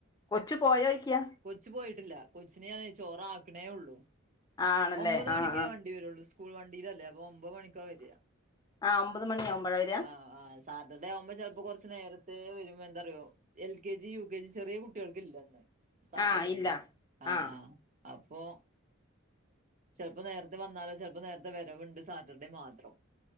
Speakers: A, on the left; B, on the right.
A: കൊച്ചു പോയോയ്ക്കാ
B: കൊച്ചു പോയിട്ടില്ല കൊച്ചിന ഞാൻ ചോറ ആക്കണേ ഉള്ളൂ
A: ആണല്ലേ
B: ഒമ്പത്
A: ആഹ്
B: മണിക്കേ
A: ആഹ്
B: വണ്ടി വരുള്ളൂ സ്കൂൾ വണ്ടിയിലല്ലേ അപ്പൊ ഒമ്പത് മണിക്കോ വരി
A: ആഹ് ഒമ്പത് മണിയാവുമ്പോഴാ വരിക
B: ആ സാറ്റർഡേ ആവുമ്പോ ചിലപ്പോ കുറച്ച് നേരത്തെ വരുമ്പോ എന്താറിയോ L K G U K G ചെറിയ കുട്ടികൾക്കല്ലന്ന് സാറ്റർഡേ
A: ആഹ് ഇല്ല
B: ആ
A: ആഹ്
B: ആ അപ്പോ ചിലപ്പോ നേരത്തെ വന്നാലോ ചിലപ്പോ നേരത്തെ വരവുണ്ട് സാറ്റർഡേ മാത്രം